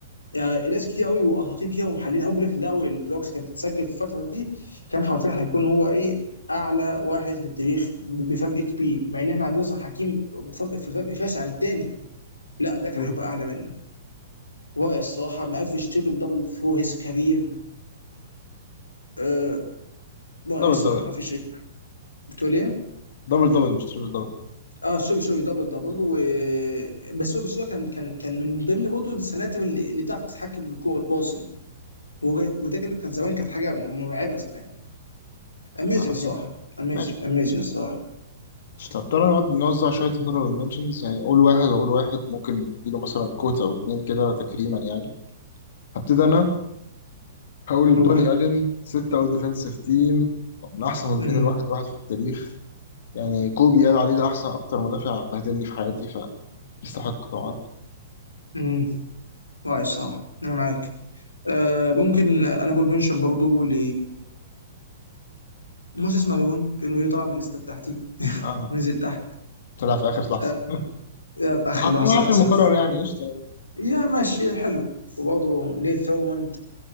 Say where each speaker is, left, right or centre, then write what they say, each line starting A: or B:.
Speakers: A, on the left; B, on the left.
A: يعني ناس كتير قوي واساطير كده ومحللين قوي بيقول لك لو البلوكس كانت بتتسجل في الفتره دي كان حرفيا هيكون هو ايه اعلى واحد في التاريخ بفرق كبير مع ان احنا عندنا صلاح حكيم فرق في فرق شاسع عن التاني لا ده كان
B: مم.
A: هيبقى اعلى منه رائع الصراحه مقفش تريبل دبل ثرو هيز كارير آه، رائع
B: دبل
A: الصراحه
B: دبل
A: ما فيش اي بتقول ايه؟
B: دبل دبل مش تريبل دبل
A: اه سوري سوري دبل دبل و بس هو بس هو كان كان كان من ضمن برضه السناتر اللي, اللي بتعرف تتحكم بالكوره وتباصي وده كان كان زمان كانت حاجه مرعبه زمان اميزنج
B: آه
A: الصراحه
B: يعني.
A: اميزنج
B: ماشي
A: اميزنج الصراحه
B: طب تعالى نقعد نوزع شوية honorable mentions يعني قول واحد وقول واحد ممكن نديله مثلا كوت أو اتنين كده تكريما يعني هبتدي أنا هقول
A: روح
B: توني ألين ستة أول ديفنسيف تيم من أحسن مدافعين
A: امم
B: الواحد واحد في التاريخ يعني كوبي قال عليه ده أحسن أكتر مدافع بهدلني في حياتي فيستحق طبعا
A: امم رائع الصراحه انا معاك آه ممكن انا بقول منشن برضه ل موسى اسمالون كان فيني طلع من الليسته بتاعتي
B: آه
A: نزل تحت
B: طلع في آخر لحظة
A: آه
B: <laughs>
A: يا في اخر
B: حاطينه
A: لحظه للاسف
B: عشان مكرر يعني قشطة
A: يا ماشي حلو وبرضه نيث ثورموند